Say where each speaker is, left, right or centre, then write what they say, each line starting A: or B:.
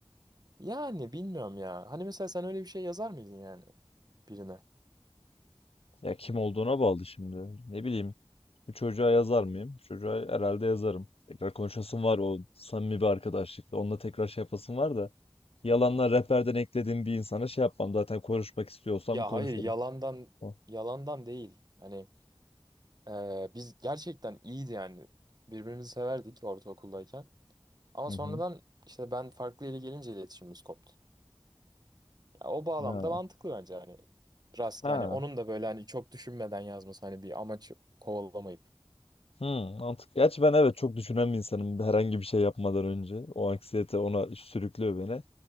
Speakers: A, on the right; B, on the left.
A: yani bilmiyorum ya. Hani mesela sen öyle bir şey yazar mıydın yani birine?
B: Ya kim olduğuna bağlı şimdi. Ne bileyim. Bir çocuğa yazar mıyım? Çocuğa herhalde yazarım. Tekrar konuşasım var o samimi bir arkadaşlıkla. Onunla tekrar şey yapasım var da. Yalanlar rehberden eklediğim bir insana şey yapmam. Zaten konuşmak istiyorsam
A: Ya
B: konuşurum.
A: hayır yalandan
B: O.
A: yalandan değil. Hani eee, biz gerçekten iyiydi yani. Birbirimizi severdik ortaokuldayken. Ama
B: Hı
A: sonradan
B: hı.
A: işte ben farklı yere gelince iletişimimiz koptu. Ya o bağlamda
B: Ha.
A: mantıklı bence hani. Rast
B: Ha.
A: yani onun da böyle hani çok düşünmeden yazması hani bir amaç kovalamayıp.
B: Hı, mantık. Gerçi ben evet çok düşünen bir insanım herhangi bir şey yapmadan önce. O anksiyete ona sürüklüyor beni.